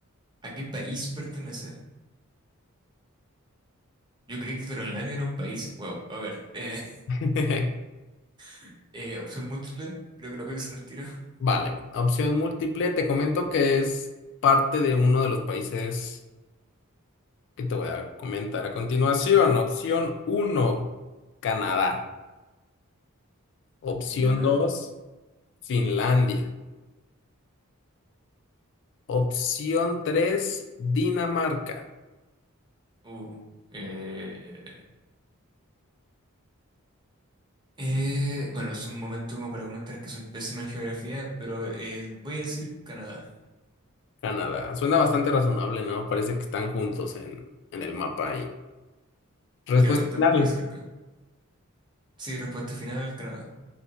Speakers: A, on the right (about 20°); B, on the left (about 55°).
A: ¿a qué país pertenece? Yo creí que Groenlandia era un país. Wow, a ver. eh,
B: <laughs>
A: <laughs> eh, opción múltiple, creo que lo voy a usar al tiro. <laughs>
B: Vale, opción múltiple, te comento que es parte de uno de los países que te voy a comentar a continuación. Opción uno, Canadá. Opción
A: Ya.
B: 2, Finlandia. Opción 3, Dinamarca,
A: Uh, eh, eh, bueno, es un momento como para comentar que soy pésimo en geografía, pero eh, voy a decir Canadá.
B: Canadá. Suena bastante razonable, ¿no? Parece que están juntos en, en el mapa ahí. Respuesta
A: Creo que están
B: final.
A: por ahí cerca. Sí, respuesta final, Canadá.